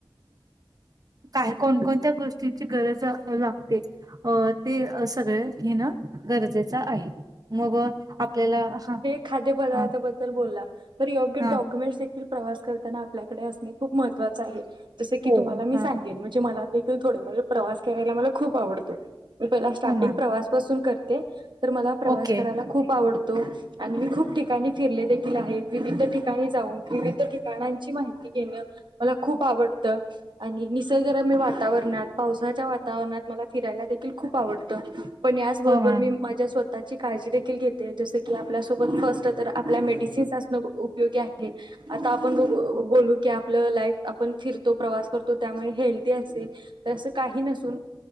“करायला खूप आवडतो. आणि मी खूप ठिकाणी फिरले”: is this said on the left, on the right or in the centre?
Right